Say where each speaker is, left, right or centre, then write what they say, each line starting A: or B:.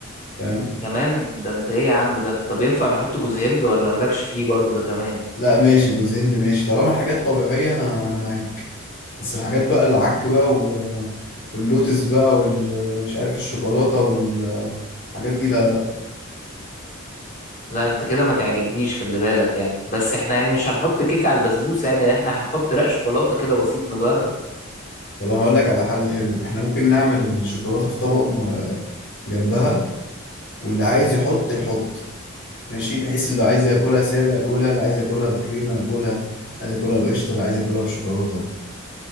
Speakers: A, on the left; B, on the left.
A: فاهم
B: كمان ده انت ايه يا عم ده طب ينفع نحط جوز هند ولا مالكش فيه برضو ده كمان
A: لا ماشي جوز هند ماشي طالما حاجات طبيعية انا انا معاك بس الحاجات بقى العك بقى و... واللوتس بقى والمش عارف الشوكولاتة والحاجات دي لا لا
B: لا انت كده ما تعجبنيش خلي بالك يعني بس احنا يعني مش هنحط كيك على البسبوسة يعني احنا هنحط رق شوكولاتة كده بسيط نجرب
A: طب انا هقول لك على حل حلو احنا ممكن نعمل الشوكولاتة في طبق م- جنبها واللي عايز يحط يحط ماشي بحيث اللي عايز ياكلها ساده ياكلها اللي عايز ياكلها بكريمه ياكلها عايز ياكلها بقشطه اللي عايز ياكلها بشوكولاته